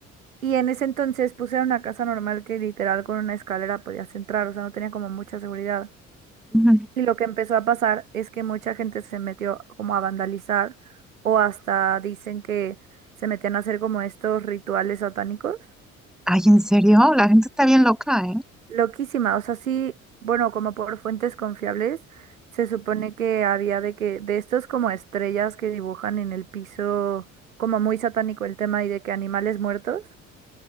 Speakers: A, on the right (about 80°); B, in the centre.
A: Y en ese entonces puse era una casa normal que literal con una escalera podías entrar, o sea, no tenía como mucha seguridad.
B: ujú.
A: Y lo que empezó a pasar es que mucha gente se metió como a vandalizar o hasta dicen que se metían a hacer como estos rituales satánicos.
B: Ay, ¿en serio? La gente está bien loca, ¿eh?
A: Loquísima, o sea, sí, bueno, como por fuentes confiables, se supone que había de que, de estos como estrellas que dibujan en el piso, como muy satánico el tema y de que animales muertos.